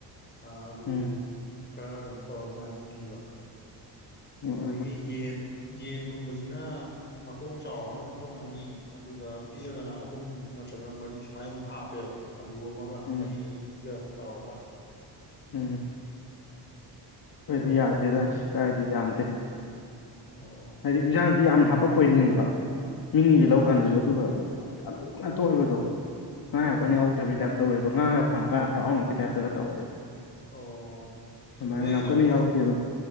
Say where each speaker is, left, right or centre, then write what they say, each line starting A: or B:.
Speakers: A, on the left; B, on the left.
A: ꯑ ꯑꯂꯨ
B: ꯎꯝ
A: ꯈꯔ ꯀꯩꯅꯣ ꯇꯧꯔꯒ ꯑꯗꯨꯃꯥꯏꯅ ꯑꯗꯨꯝ ꯄꯤꯕ
B: ꯎꯝ
A: ꯑꯗꯒꯤ ꯌꯦꯟ ꯌꯦꯟꯒꯨꯝꯕꯁꯤꯅ ꯃꯇꯣꯡ ꯆꯥꯎꯕꯅ ꯃꯇꯣꯡ ꯑꯅꯤ ꯑꯗꯨꯒ ꯄꯤꯛꯑꯒꯅ ꯑꯍꯨꯝ ꯅꯠꯇ꯭ꯔꯒꯅ ꯃꯔꯤ ꯁꯨꯃꯥꯏꯅ ꯑꯗꯨꯝ ꯍꯥꯞꯄꯦꯕ ꯑꯂꯨ ꯑꯃꯒ
B: ꯎꯝ
A: ꯃꯍꯤꯒ ꯇꯧꯔꯒ
B: ꯎꯝ ꯑꯩꯣꯏꯗꯤ
A: ꯑꯗꯣ
B: ꯌꯥꯗꯦꯗ
A: ꯈꯪ
B: ꯑꯁ ꯀꯥꯏꯗ ꯌꯥꯝꯗꯦ
A: ꯑꯣ
B: ꯍꯥꯏꯗꯤ ꯏꯟꯁꯥꯡꯗꯤ ꯌꯥꯝꯅ ꯍꯥꯄꯛꯄ ꯑꯣꯏꯅꯤꯡꯕ ꯃꯤꯅꯤꯒꯤ ꯂꯧꯀꯥꯟꯗꯁꯨ
A: ꯑꯥ
B: ꯑꯗꯨꯒ ꯑꯂꯨꯅ ꯇꯣꯛꯏꯕꯗꯣ ꯉꯥꯏ
A: ꯑꯣ
B: ꯌꯥꯝꯨ ꯀꯅꯤ ꯍꯧꯗꯕꯩ ꯇꯥꯏꯞ ꯇꯧꯋꯦꯕ ꯉꯥꯡꯉꯒ ꯐꯪꯒꯥꯟ ꯍꯔꯥꯎꯅꯄꯤ ꯇꯥꯏꯞꯇꯒ ꯇꯧꯋꯦꯕ
A: ꯑꯣ
B: ꯑꯗꯨꯃꯥꯏꯅ
A: ꯅꯣꯏꯒꯤꯅ
B: ꯌꯥꯝ ꯀꯅꯤ
A: ꯑꯃꯨꯛ
B: ꯍꯥꯎꯗꯤꯦꯕ